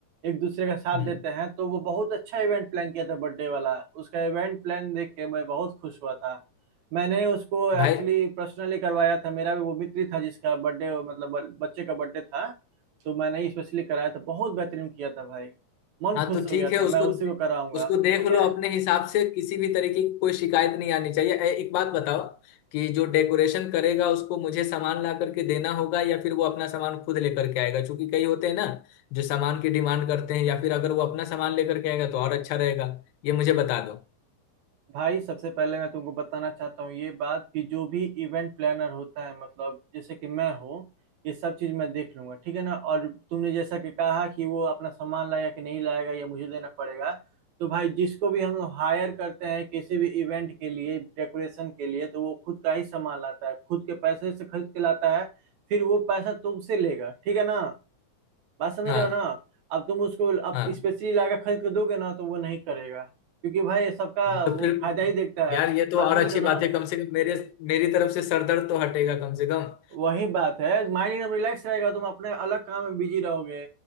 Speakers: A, on the right (about 75°); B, on the left (about 85°).
A: एक दूसरे का साथ
B: हम्म
A: देते हैं तो वो बहुत अच्छा इवेंट प्लान किया था बर्थडे वाला उसका इवेंट प्लान देख के मैं बहुत खुश हुआ था मैंने उसको एक्चुअली
B: भाई
A: पर्सनली करवाया था मेरा भी वो मित्र ही था जिसका बर्थडे मतलब बच्चे का बर्थडे था तो मैंने ही स्पेशली कराया था बहुत बेहतरीन किया था भाई मन
B: हाँ
A: खुश
B: तो
A: हो
B: ठीक
A: गया
B: है
A: था मैं
B: उसको
A: उसी को कराऊंगा
B: उसको देख
A: ठीक
B: लो
A: है
B: अपने हिसाब से किसी भी तरीके की कोई शिकायत नहीं आनी चाहिए ए, एक बात बताओ कि जो डेकोरेशन करेगा उसको मुझे सामान ला करके देना होगा या फिर वो अपना सामान खुद लेकर के आएगा क्योंकि कई होते हैं ना जो सामान की डिमांड करते हैं या फिर अगर वो अपना सामान लेकर के आएगा तो और अच्छा रहेगा ये मुझे बता दो
A: भाई सबसे पहले मैं तुमको बताना चाहता हूँ ये बात कि जो भी इवेंट प्लानर होता है मतलब जैसे कि मैं हूँ ये सब चीज मैं देख लूंगा ठीक है ना और तुमने जैसा कि कहा कि वो अपना सामान लाएगा कि नहीं लाएगा या मुझे देना पड़ेगा तो भाई जिसको भी हम हायर करते हैं किसी भी इवेंट के लिए डेकोरेशन के लिए तो वो खुद का ही सामान लाता है खुद के पैसे से खरीद के लाता है फिर वो पैसा तुमसे लेगा ठीक है ना बात समझ
B: हाँ
A: रहे हो ना अब तुम उसको अब
B: हाँ
A: स्पेशली लाकर खरीद के दोगे ना तो वो नहीं करेगा क्योंकि भाई सबका वो
B: तो फिर
A: फायदा ही देखता
B: यार
A: है
B: ये तो
A: बात
B: और
A: समझ
B: अच्छी
A: रहे हो ना
B: बात है कम से कम मेरे मेरी तरफ से सरदर्द तो हटेगा कम से कम
A: वही बात है माइंड एकदम रिलैक्स रहेगा तुम अपने अलग काम में बिजी रहोगे